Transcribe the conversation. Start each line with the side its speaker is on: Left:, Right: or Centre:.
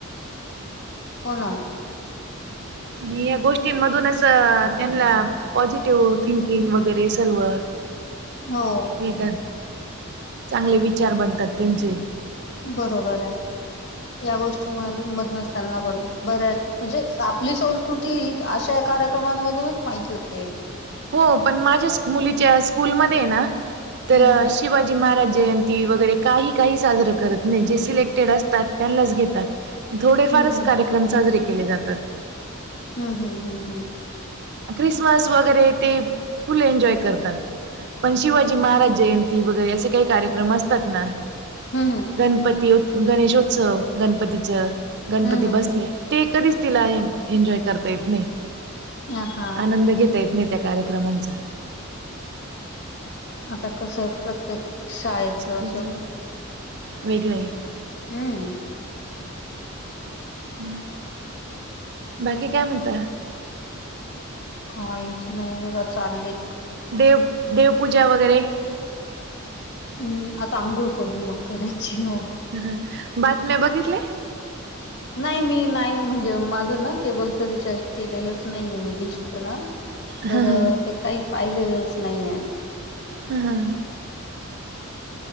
Left: हो ना.
Right: आणि या गोष्टींमधूनच त्यांना पॉझिटिव्ह थिंकिंग वगैरे सर्व
Left: हो.
Right: येतात. चांगले विचार बनतात त्यांचे.
Left: बरोबर आहे. या गोष्टीमुळे मधनच त्यांना पण बऱ्याच म्हणजे आपली संस्कृती ही अशा कार्यक्रमांमधूनच माहिती होते.
Right: हो पण माझ्या मुलीच्या स्कूलमध्ये ना तर
Left: हम्म
Right: शी वाजी महाराज जयंती वगैरे काही काही साजरं करत नाही. जे सिलेक्टेड असतात त्यांनाच घेतात. थोडेफारच
Left: हम्म
Right: कार्यक्रम साजरे केले जातात.
Left: हं हं हं हं.
Right: क्रिसमस वगैरे ते फुल एन्जॉय करतात. पण शिवाजी महाराज जयंती वगैरे असे काही कार्यक्रम असतात ना,
Left: हं हं,
Right: गणपती उत् गणेशोत्सव गणपतीच. गणपती
Left: हम्म हम्म
Right: बसले ते कधीच तिला हे एन्जॉय करता येत नाही.
Left: हम्म हा
Right: आनंद घेता येत नाही त्या कार्यक्रमांचा.
Left: आता कसंये प्रत्येक शाळेचं
Right: स्कूलच वेगळं आहे.
Left: हं.
Right: हं. बाकी काय म्हणताय?
Left: काच नाही बघ चालले.
Right: देव देवपूजा वगैरे?
Left: अं, आता आंघोळ करून मग करायची हो.
Right: ह बातम्या बघितल्या?
Left: नाही मी नाही म्हणजे माझं ना केबलच रिचार्ज केलेलाच नाहीये मी डिशच ना. तर
Right: हा हा
Left: ते काही पाहिलेलंच नाहीये.
Right: हं हं.